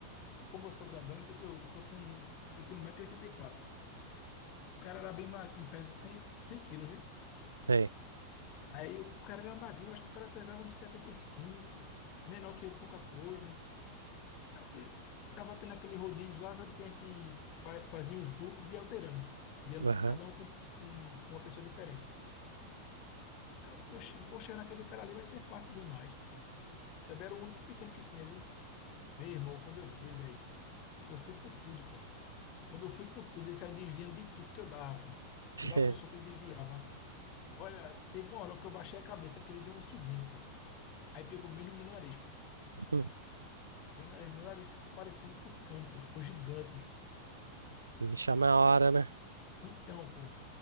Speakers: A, on the left; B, on the right.
A: Porque como eu sou grandão, então eu, tenho- eu tô com. Eu tenho um metro e oitenta e quatro. O cara era bem magrinho, e pesa 100, 100 quilos, viu?
B: sei.
A: Aí o, o cara era magrinho, eu acho que o cara pesava uns 75, menor que eu, pouca coisa. Aí eu fui, tava tendo aquele rodízio lá, sabe, que a gente fa- fazia os grupos e ia alterando. Ia lutando,
B: Aham.
A: cada um com, com com uma pessoa diferente. Aí eu fui, "Oxi, vou chegar naquele cara ali, vai ser fácil demais. Também era o único pequeno que tinha, viu? Meu irmão, quando eu fui, velho, eu fui com tudo, pô. Quando eu fui com tudo, ele saiu desviando de tudo que eu dava, pô. Se
B: <laughs>
A: eu dava um soco, ele desviava. Olha, teve uma hora que eu baixei a cabeça que ele deu um subindo, pô. Aí pegou bem no meu nariz, pô.
B: Hum,
A: Meu nariz, meu nariz ficou parecendo tucano, pô. Ficou gigante.
B: Incha
A: Você...
B: na hora, né?
A: Então, pô.